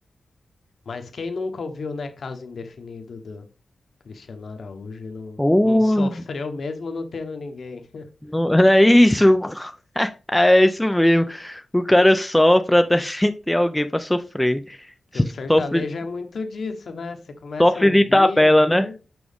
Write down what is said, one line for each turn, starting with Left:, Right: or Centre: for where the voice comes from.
Left: Mas quem nunca ouviu, né, Caso Indefinido Cristiano Araújo não,
Centre: Ou.
Left: não <laughs> sofreu mesmo não tendo ninguém. <laughs>
Centre: não- É isso. <laughs> É isso mesmo. O cara sofre até <laughs> sem ter alguém pra sofrer.
Left: Que o sertanejo
Centre: Sofre,
Left: é muito disso, né? Você começa
Centre: sofre
Left: a ouvir
Centre: de tabela,
Left: ali,
Centre: né?